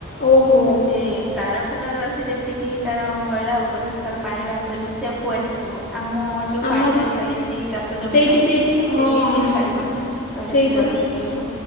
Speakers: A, on the left; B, in the centre.
A: ଓହୋ।
B: ସେ କାରଖାନ ର ଆସି ଯେ। <unintelligible> ଯେତିକି ତାର ମଇଳା ଅପରିଷ୍କାର ପାଣି ବାହାର କରିବ ସେଉ କୁଆଡେ ଛାଡିବ ଆମ ଯୋଉ ପାଣି
A: ଆମରି
B: ଟା ଚାଲିଛି ଚାଷ ଜମି
A: ସେଇଠି
B: ପାଇଁ।
A: ସେଇଠି
B: ସେ
A: ହଁ
B: ସେଇଥିରେ ଛାଡିବ ନା ତ ଏଇଟା
A: ସେଇ
B: ପୁରା
A: ପରା।
B: ଦୂଷିତ ହେଇଯିବ।